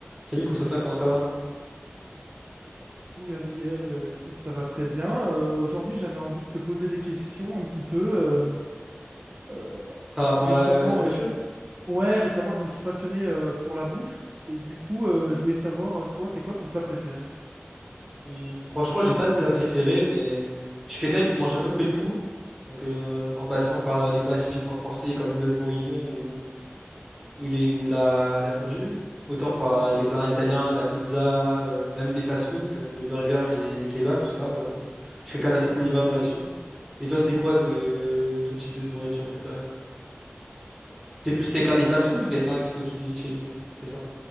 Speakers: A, in the centre; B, on the right.
A: Salut Constantin, comment ça va?
B: Coucou Gabriel, Euh, écoute, ça va très bien. Euh, aujourd'hui, j'avais envie de te poser des questions un petit peu. euh, euh,
A: Par rapport
B: récemment,
A: à la, à la nourriture?
B: euh, je... ouais, récemment, je me suis passionné euh, pour la bouffe et du coup, euh, je voulais savoir, euh, toi, c'est quoi ton plat préféré?
A: Hmm, franchement, j'ai pas de plat préféré, mais je suis quelqu'un qui mange à peu près de tout. Donc, euh, en passant par euh, les plats typiquement français comme le bœuf bourguignon ou, ou, les, ou la, la fondue, autant par euh,
B: Ok.
A: les plats italiens, la pizza, euh, même les fast-food, comme les burgers, les, les kebabs, tout ça, voilà. Je suis quelqu'un d'assez polyvalent là-dessus. Et toi, c'est quoi euh, ton type de nourriture préférée? T'es plus quelqu'un des fast-food ou quelqu'un qui, qui cuisine chez lui? Je fais ça.